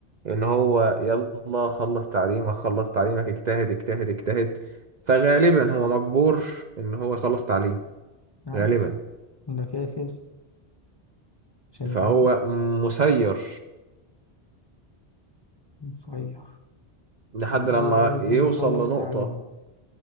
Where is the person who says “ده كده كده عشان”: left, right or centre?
Left